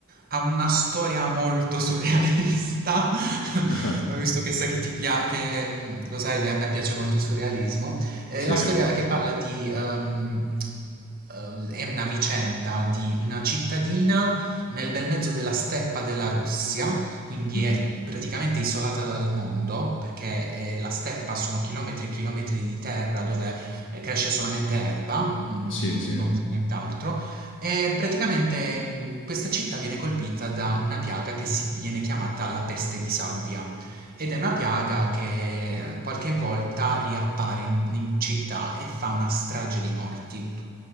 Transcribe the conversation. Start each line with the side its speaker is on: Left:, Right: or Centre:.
Right: ha una storia molto surrealista, <laughs>
Left: <laughs>
Right: visto che sai che ti piace, che mm, lo sai che a me piace molto il surrealismo. È
Left: sì,
Right: la storia che parla di... ehm, eh, è una vicenda di una cittadina nel bel mezzo della steppa della Russia, quindi
Left: mhm,
Right: è praticamente isolata dal mondo, perché eh, la steppa sono chilometri e chilometri di terra dove eh, cresce solamente erba, mm,
Left: Sì, sì,
Right: non nient'altro, e praticamente mm, questa città viene colpita da una piaga che si viene chiamata la peste di sabbia. Ed è una piaga che qualche volta riappare in, in città e fa una strage di morti